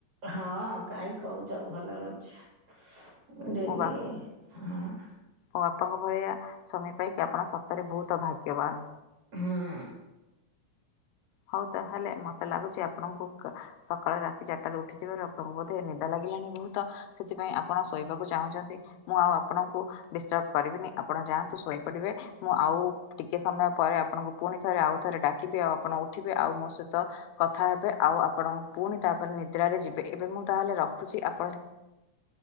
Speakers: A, on the right; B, on the left.
A: ହଁ କାହିଁକି କହୁଛ ଭଲରେ ଅଛି। ଡେଲି
B: ମୋ ବା
A: ହଁ।
B: ମୋ ବାପାଙ୍କ ଭଳିଆ ସ୍ୱାମୀ ପାଇକି ଆପଣ ସତରେ ବହୁତ ଭାଗ୍ୟବାନ।
A: ହୁଁ
B: ହଉ ତାହେଲେ। ମତେ ଲାଗୁଛି ଆପଣଙ୍କୁ କା ସକାଳେ ରାତି ଚାରିଟାରେ ଉଠିଥିବାରୁ ଆପଣଙ୍କୁ ବୋଧେ ନିଦ ଲାଗିଲାଣି ବହୁତ। ସେଥିପାଇଁ ଆପଣ ଶୋଇବାକୁ ଚାହୁଁଛନ୍ତି ମୁଁ ଆଉ ଆପଣଙ୍କୁ ଡିଷ୍ଟର୍ବ କରିବିନି ଆପଣ ଯାଆନ୍ତୁ ଶୋଇପଡିବେ ମୁଁ ଆଉ ଟିକେ ସମୟ ପରେ ଆପଣଙ୍କୁ ପୁଣି ଥରେ ଆଉ ଥରେ ଡାକିବେ ଆଉ ଆପଣ ଉଠିବେ ଆଉ ମୋ ସହିତ କଥା ହେବେ ଆଉ ଆପଣ ପୁଣି ତାପରେ ନିଦ୍ରାରେ ଯିବେ। ଏବେ ମୁଁ ତାହେଲେ ରଖୁଛି ଆ